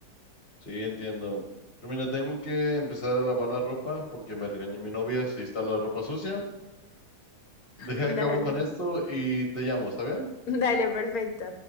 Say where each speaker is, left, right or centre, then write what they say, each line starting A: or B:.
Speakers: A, on the left (about 35°); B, on the left (about 65°).
A: Sí, entiendo. Pero mira, tengo que empezar a lavar la ropa porque me regaña mi novia si está la ropa sucia. Deja
B: Dale.
A: a cabo con esto y te llamo, ¿está bien?
B: <laughs> Dale, perfecto.